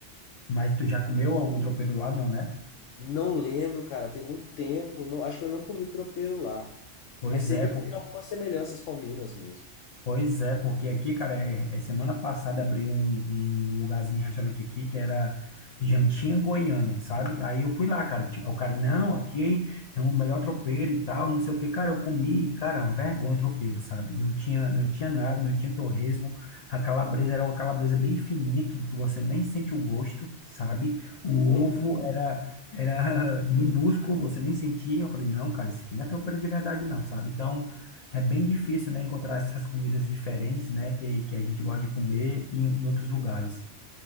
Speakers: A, on the left; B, on the left.
A: mas tu já comeu algum tropeiro lá, não, né?
B: Não lembro, cara, tem muito tempo. Não, acho que eu não comi tropeiro lá.
A: Pois
B: Mas sei
A: é,
B: que eles
A: pô.
B: têm algumas semelhanças com Minas mesmo.
A: Pois é, porque aqui, cara, é, é semana passada abriu um, um lugarzinho, um restaurante aqui, que era Jantinha Goiânia, sabe? Aí eu fui lá, cara, tipo, o cara, não, aqui é o melhor tropeiro e tal, não sei o que, cara, eu comi, cara, uma vergonha o tropeiro, sabe? Não tinha, não tinha nada, não tinha torresmo, a calabresa era uma calabresa bem fininha, que tu- você nem sente o gosto, sabe? O
B: Hum.
A: ovo era, era <laughs> minúsculo, você nem sentia, eu falei, não, cara, isso aqui não é tropeiro de verdade não, sabe? Então, é bem difícil, né, encontrar essas comidas diferentes, né, que, que a gente gosta de comer em, em outros lugares.